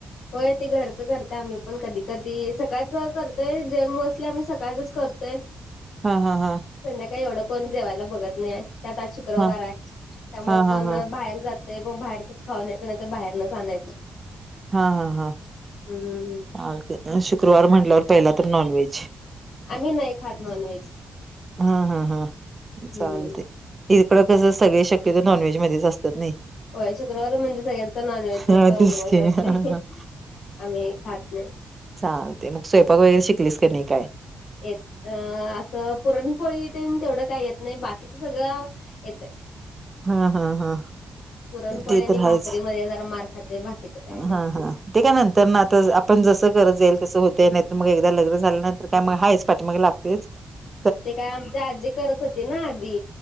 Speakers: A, on the left; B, on the right.
A: होय ते घरचं करतेय आम्ही पण कधी कधी सकाळच करतोय जेम मोसली आम्ही सकाळचच करतोय. <inaudible>
B: हा हा हा.
A: संध्याकाळी एवढं कोण जेवायला बघत नाही त्यात आज शुक्रवार
B: हा
A: आहे त्यामूळ
B: हा हा
A: कोण
B: हा
A: बाहेर जात ते मग बाहेरच खाऊनचं नाही तरर बाहेरनच आणायचं.
B: हा हा हा.
A: हम्म हम
B: हा ते शुक्रवार म्हटल्यावर पहिला तर नॉन व्हेज
A: आम्ही नाही खात नॉनव्हेज
B: हा हा हा चालतय
A: हम्म
B: इकडं कसं सगळे शक्यतो नॉनव्हेज मध्येच असतात नाही.
A: होय शुक्रवार म्हणजे सगळ्यांचा नॉनव्हेजचा
B: हा तेच
A: दिवस
B: की
A: असतोय.
B: हा हा
A: आम्ही खात नाही.
B: चालतय मग स्वयंपाक वगैरे शिकलीस की नाही काय
A: येत अ असं पुरणपोळी तेन तेवढं काही येत नाही बाकीचं सगळं येत
B: हा हा हा
A: पुरणपोळी
B: ते
A: आणि
B: तर आहेच
A: भाकरीमध्ये जरा मार खातय बाकीच काय नाही.
B: हा हा ते काय नंतरन आता आपण जसं करत जाईल तसं होतय नाहीतर मग एकदा लग्न झाल्यानंतर काय मग हायच पाठी माग लागतय. <inaudible>
A: ते काय आमच्या आजी करत होती ना आधी